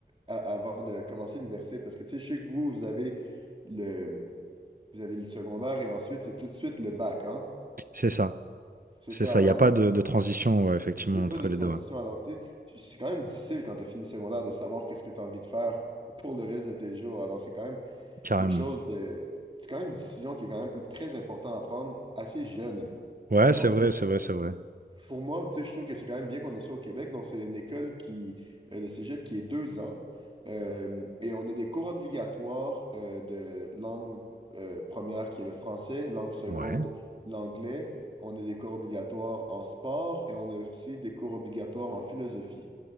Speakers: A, on the right; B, on the right.
A: a- avant de commencer l'université. Parce que, tu sais, je sais que vous, vous avez le, vous avez le secondaire et ensuite, c'est tout de suite le bac, hein?
B: C'est ça.
A: C'est
B: C'est
A: ça.
B: ça,
A: Alors,
B: il n'y a pas de, de transition, ouais, effectivement,
A: il n'y a
B: entre
A: pas de transition.
B: les deux. ouais.
A: Alors, tu sais, tu- c'est quand même difficile quand tu as fini secondaire de savoir qu'est-ce que tu as envie de faire pour le reste de tes jours. Alors, c'est quand même
B: Carrément.
A: quelque chose de... C'est quand même une décision qui est quand même très importante à prendre assez jeune.
B: Ouais,
A: Alors,
B: c'est vrai, c'est vrai, c'est vrai.
A: pour moi, tu sais, je trouve que c'est quand même bien qu'on ait ça au Québec. Donc, c'est une école qui, euh, le cégep, qui est deux ans. Euh, et on a des cours obligatoires euh, de langue euh, première, qui est le français, langue seconde,
B: Ouais.
A: l'anglais. On a des cours obligatoires en sport et on a aussi des cours obligatoires en philosophie.